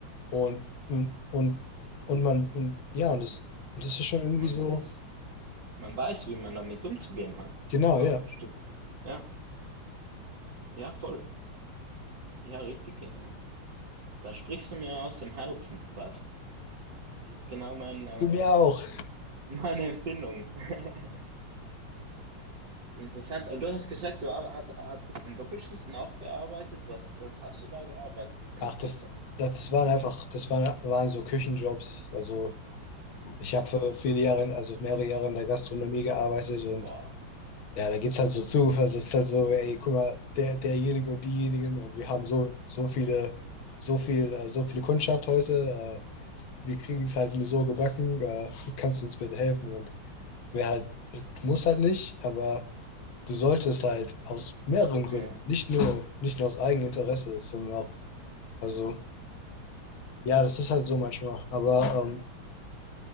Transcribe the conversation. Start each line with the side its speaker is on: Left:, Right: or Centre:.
Left: Und, und, und, und man, und, ja, und das, das ist schon irgendwie
Right: man
Left: so.
Right: weiß. Man weiß, wie man damit umzugehen hat.
Left: Genau,
Right: Auch
Left: ja.
Right: Stück. Ja, ja, voll. Ja, richtig. äh, Da sprichst du mir aus dem Herzen fast. Das ist genau mein, äh,
Left: Du mir auch.
Right: meine Empfindung. <laughs> Interessant. Aber du hast gesagt, du arbe- hat, hattest in Doppelschichten auch gearbeitet. Was, was hast du da gearbeitet, wenn
Left: Ach,
Right: ich fragen
Left: das,
Right: darf?
Left: das, das waren einfach, das waren, waren so Küchenjobs. Also
Right: Ah,
Left: ich
Right: Okay.
Left: habe für viele Jahre, in- also mehrere Jahre in der Gastronomie gearbeitet und
Right: Boah.
Left: ja, da geht's halt so zu. Also es ist halt so, ey, guck mal, der, derjenige und diejenigen und wir haben so, so viele, so viel, äh, so viele Kundschaft heute. Äh, wir kriegen es halt nur so gebacken. Äh, kannst du uns bitte helfen? Und wer halt, muss halt nicht, aber du solltest halt aus mehreren
Right: Ja,
Left: Gründen, nicht nur, nicht nur aus Eigeninteresse, sondern auch, also Ja, das ist halt so manchmal. Aber ähm,